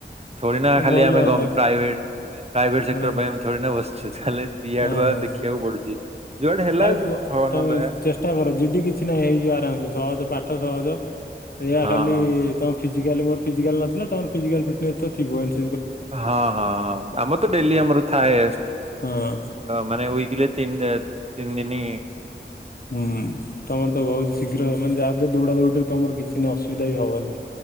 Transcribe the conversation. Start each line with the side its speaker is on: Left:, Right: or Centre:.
Right: ଥୋଡି ନା ଖାଲି
Left: ଭଲ
Right: ଆମେ
Left: ହୁଅନ୍ତା।
Right: ଗମ୍ ପ୍ରାଇଭେଟ ପ୍ରାଇଭେଟ ସେକ୍ଟର
Left: ହଁ ହଁ
Right: ପାଇଁ ଆମେ ଥୋଡ଼ିନା ବସିଛୁ ଯାହା ହେଲେ ଦିଆଡୁଆ
Left: ହଁ ହଁ
Right: ଦେଖିବାକୁ ପଡୁଛି। ଯୁଆଡେ ହେଲା
Left: ଆରେ ପୁଅ
Right: ଭଗବାନଙ୍କ
Left: ତମେ
Right: ଦୟା
Left: ଚେଷ୍ଟା କର ଜିଡି କିଛି ନାହିଁ ହେଇଯିବ ଆରାମସେ ସହଜ ପାଠ ସହଜ। ଏଇଆ
Right: ହଁ।
Left: ଖଲି ତମ ଫିଜିଜାଲି ମୋର ଫିଜିକାଲ ନଥିଲା ତମର ଫିଜିକାଲ ଫିଟନେସ ତ ଥିବ ଏନ୍ସି
Right: ହଁ ହଁ ହଁ ଆମର ତ ଡେଲି ଆମର ଥାଏ
Left: ହଁ
Right: ମାନେ <unintelligible> ତିନ ଏ ତିନ ଦିନି
Left: ହୁଁ ତମର ତ ବହୁତ ଶୀଘ୍ର ହ ମାନେ ଯାହା ଫଲେ ଦୌଡା ଦୌଡରେ ତମର କିଛି ନାଁ ଅସୁବିଧା ବି ହବନି।